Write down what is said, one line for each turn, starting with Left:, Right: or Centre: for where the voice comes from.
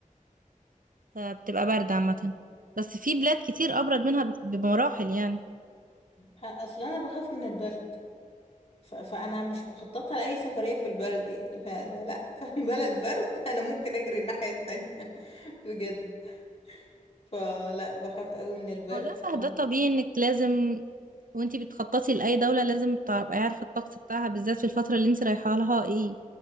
Right: فبتبقى باردة عامة بس في بلاد كتير أبرد منها بت- بمراحل يعني
Left: آه، اصلا انا بخاف من البرد ف... فانا مش مخططه لاي سفريه في البرد يعني ف... فلا <laughs> بلد برد انا ممكن اجري الناحيه التانية <laughs> بجد فلا بخاف قوي من البرد
Right: هو ده صح
Left: ف...
Right: ده طبيعي إنك لازم وانتي بتخططي لأي دولة لازم تبقي عارفة الطقس بتاعها بالذات في الفترة اللي انتي رايحة لها ايه